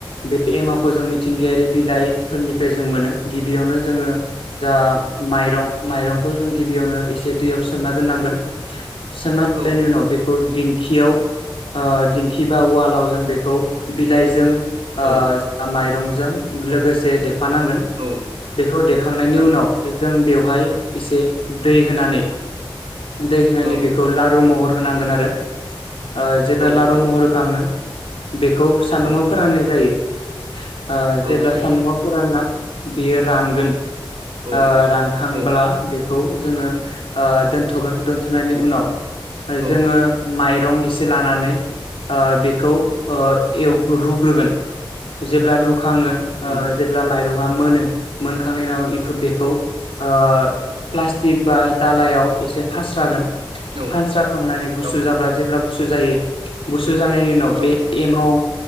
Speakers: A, on the left; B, on the right.
A: बे एमाखौ जों मिथिंगायारि बिलाइफोरनिफ्राय जों मोनो गिबियावनो जोङो जा माइरं माइरंखौ जों गिबियावनो एसे दैयाव सोमना दोननांगोन सोनना
B: औ
A: जनायनि उनाव बेखौ दिं खियाव ‌आ दिंखि बा अवालाव जों बेखौ बिलाइजों आ
B: औ
A: जा माइरंजों लोगोसे
B: औ
A: देफानांगोन
B: औ
A: बेखौ देखांनायनि
B: नां
A: उनाव जों बेव फाय इसे दै होनानै दै होनानै
B: औ
A: बेखौ लारु महर <unintelligible> आरो ओ जेब्ला
B: औ
A: लारु
B: औ
A: महर होखाङो बेखौ सान्दुंङाव
B: औ
A: फोराननाय जायो। <inaudible> ओ जेब्ला
B: औ जायो
A: सान्दुङाव फोरानना बेयो रानगोन
B: औ
A: ओ रानखांब्ला
B: औ
A: बे जोङो ओ दोन्थगोन दोन्थनायनि उनाव
B: औ
A: जोङो माइरं एसे लानानै ओ बे खौ ओ एव रुग्रोगोन जेब्ला राखाङो ओ
B: नंगौ
A: जेब्ला माइरं जे बा मोनो मोनखांनायनिनाव बेखौ आ प्लास्टिक बा दालायाव एसे फास्रागोन
B: औ
A: फानस्रा खांनानै गुसुर
B: औ
A: जाब्ला जेब्ला गु गुसु जायो गुसु जानायनि उनाव
B: औ
A: बे एमाव